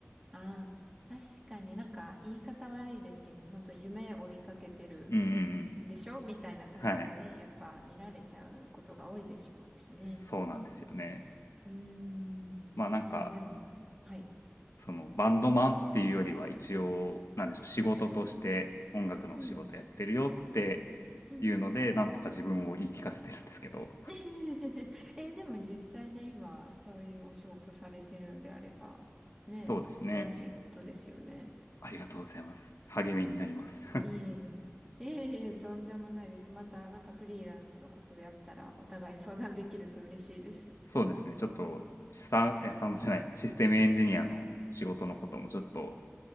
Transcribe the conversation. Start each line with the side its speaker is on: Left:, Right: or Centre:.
Centre: ああ、確かになんか言い方悪いですけど、本当夢追いかけてる
Left: うんうんうん。
Centre: でしょみたいな感じでね、
Left: はい。
Centre: やっぱ見られちゃうことが多いでしょうしね。
Left: そうなんですよね。
Centre: うーん。
Left: まあなんか、
Centre: まあでも、はい。
Left: そのバンドマンっていうよりは一応なんでしょう仕事として音楽の仕事やってるよって
Centre: うん。うん。うん
Left: いうのでなんとか自分を言い聞かせてるんですけど
Centre: <laughs> え、でも実際ね、今、そういうお仕事されてるんであれば、ね、
Left: そうですね
Centre: 素晴らしいことですよね。
Left: ありがとうございます励みになります
Centre: いえいえ。<laughs> いえいえ、とんでもないです。また、なんかフリーランスのことであったら、お互い相談できると嬉しいです。
Left: <laughs> そうですねちょっとサウンえサウンドじゃないシステムエンジニアの仕事のこともちょっと